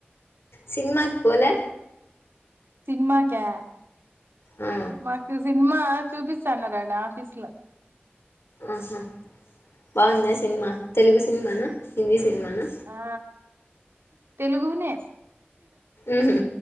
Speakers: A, on the left; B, on the right.
A: సినిమాకి పోలే.
B: సినిమాకా
A: ఆ
B: మాకు సినిమా చూపిస్త అన్నరాడా ఆఫీస్ ల
A: ఆహా బాగుందా సినిమా తెలుగు సినిమానా. హిందీ సినిమానా
B: ఆ తెలుగునే
A: ఉహు